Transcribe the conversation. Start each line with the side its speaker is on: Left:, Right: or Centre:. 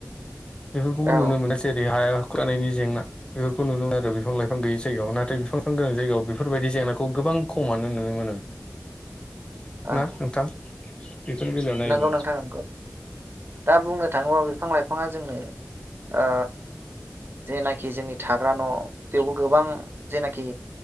Left: बेफोरखौबो
Right: औ
Left: नुनो मोनो जेरै हाया खुरखानायनि जेंना बेफोरखौ नुनो मोनो आरो बिफां लाइफां गैयि जायगायाव नाथाय बिफां लायफां गोनां जायगायाव बेफोरबायदि जेंनाखौ गोबां खमानो नुनो मोनो। ना
Right: औ
Left: नोंथां बेफोरनि बेलायाव नायोब्ला
Right: नंगौ नोंथां नांगौ दा बुंनो थाङोब्ला बिफां लाइ फांङा जोंनो ओ जेनाखि जोंनि थाग्रा न' बेयावबो गोबां जेनाखि